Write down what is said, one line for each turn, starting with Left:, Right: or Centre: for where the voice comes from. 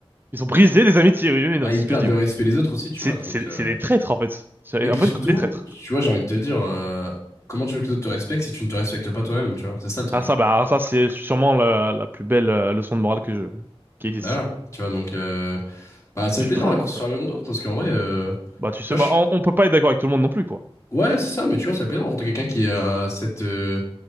Right: ils ont brisé des amitiés, oui, oui, oui, non,
Left: bah,
Right: mais
Left: ils
Right: c'est ce
Left: perdent
Right: que je dis,
Left: le
Right: oui.
Left: respect des autres aussi, tu
Right: C'est,
Left: vois. Donc,
Right: c'est,
Left: euh,
Right: c'est des traîtres, en fait. C'est
Left: Et
Right: un
Left: puis
Right: peu
Left: surtout,
Right: comme des traîtres.
Left: tu vois, j'ai envie de te dire, euh, comment tu veux que les autres te respectent si tu ne te respectes pas toi-même, tu vois. C'est ça le truc.
Right: Ah, ça, bah, alors ça, c'est sûrement la, la plus belle euh, leçon de morale que je, qui existe.
Left: Bah, voilà, tu vois, donc... euh, Bah, ça
Right: Mais je
Left: fait plaisir
Right: suis très
Left: hein,
Right: d'accord
Left: qu'on
Right: avec
Left: se
Right: toi.
Left: fasse un même tour, parce qu'en vrai, euh, tu
Right: Bah, tu sais,
Left: vois,
Right: bah,
Left: je-
Right: on, on peut pas être d'accord avec tout le monde non plus, quoi.
Left: ouais, c'est ça, mais tu vois, ça fait plaisir de rencontrer quelqu'un qui a cette euh,